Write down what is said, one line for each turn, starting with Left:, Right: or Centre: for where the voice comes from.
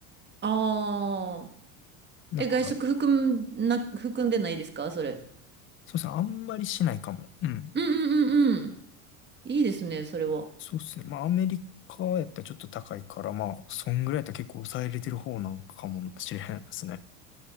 Right: ああ。
Left: だから、
Right: え、外食含んな、含んでないですかそれ。
Left: そうっすね、あんまりしないかも。うん。
Right: うんうんうんうん。いいですね、それは。
Left: そうっすね。まあ、アメリカやったらちょっと高いから、まあ、そんぐらいやったら結構抑えれてる方なんかもしれへんですね。